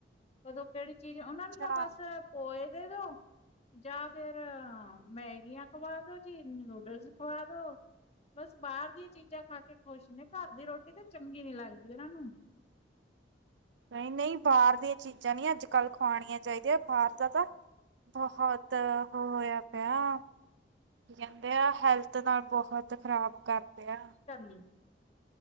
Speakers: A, on the left (about 35°); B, on the right (about 85°).
A: ਉਦੋਂ ਕਿਹੜੀ ਚੀਜ਼ ਉਹਨਾ ਨੂੰ
B: ਅੱਛਾ
A: ਤਾਂ ਬਸ ਪੋਏ ਦੇ ਦੋ। ਜਾਂ ਫੇਰ ਮੈਗੀਆਂ ਖਵਾ ਦੋ ਜੀ, ਨੂਡਲਜ਼ ਖਵਾ ਦੋ। ਬਸ ਬਾਹਰ ਦੀਆਂ ਚੀਜ਼ਾਂ ਖਾ ਕੇ ਖੁਸ਼ ਨੇ, ਘਰ ਦੀ ਰੋਟੀ ਤਾਂ ਚੰਗੀ ਨੀ ਲੱਗਦੀ ਉਹਨਾਂ ਨੂੰ।
B: ਨਹੀਂ ਨਹੀਂ ਬਾਹਰ ਦੀਆਂ ਚੀਜ਼ਾਂ ਨਹੀਂ ਅੱਜ ਕੱਲ ਖਵਾਉਣੀਆਂ ਚਾਹੀਦੀਆਂ ਬਾਹਰ ਦਾ ਤਾਂ ਬਹੁਤ ਉਹ ਹੋਇਆ ਪਿਆ ਕੀ ਕਹਿੰਦੇ ਆ ਹੈਲਥ ਨਾਲ ਬਹੁਤ ਖ਼ਰਾਬ ਕਰਦੇ ਆ।
A: ਕਰਨੀ।